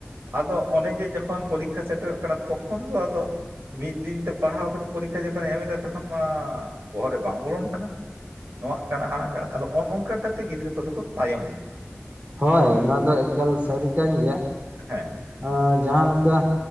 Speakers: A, on the right; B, on the right.
A: ᱟᱫᱚ ᱚᱱᱮ ᱡᱮ ᱡᱚᱠᱷᱚᱱ ᱯᱚᱨᱤᱠᱷᱟ ᱥᱮᱴᱮᱨᱚᱜ ᱠᱟᱱᱟ ᱛᱚᱠᱷᱚᱱ ᱫᱚ ᱟᱫᱚ ᱢᱤᱫ ᱫᱤᱱ ᱛᱮ ᱯᱟᱨᱦᱟᱣ ᱠᱟᱛᱮ ᱯᱚᱨᱤᱠᱷᱟ ᱡᱚᱠᱷᱚᱱᱮ ᱮᱢ ᱮᱫᱟ ᱛᱚᱠᱷᱚᱱ ᱢᱟ ᱵᱚᱦᱚᱜ ᱨᱮ ᱵᱟᱝ ᱵᱚᱞᱚᱱ ᱠᱟᱱᱟ ᱱᱚᱣᱟ ᱠᱟᱱᱟ ᱦᱟᱱᱟᱼᱱᱟᱜ ᱠᱟᱱᱟ ᱟᱫᱚ ᱚᱱ ᱚᱱᱠᱟ ᱠᱟᱛᱮᱫ ᱜᱤᱫᱽᱨᱟᱹ ᱠᱚ ᱫᱚ ᱠᱚ ᱛᱟᱭᱚᱢ ᱤᱫᱤᱜ
B: ᱦᱳᱭ
A: ᱱᱩᱠᱩ
B: ᱚᱱᱟ ᱫᱚ ᱮᱠᱟᱞ ᱥᱟᱹᱨᱤ ᱠᱟᱱ ᱜᱮᱭᱟ᱾
A: ᱦᱮᱸ
B: ᱟ ᱡᱟᱦᱟᱸ ᱞᱮᱠᱟ